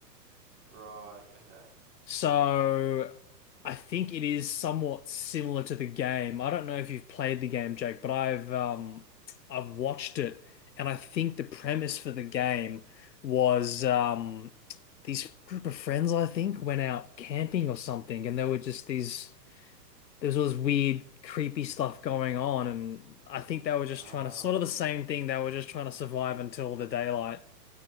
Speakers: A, on the right (about 25°); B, on the left (about 85°).
A: Right, okay.
B: So I think it is somewhat similar to the game. I don't know if you've played the game, Jake, but I've um I've watched it and I think the premise for the game was um these group of friends I think went out camping or something and there were just these there was all this weird creepy stuff going on and I think they were just
A: Ah,
B: trying to sort of the same thing they were just trying to survive
A: y
B: until the daylight.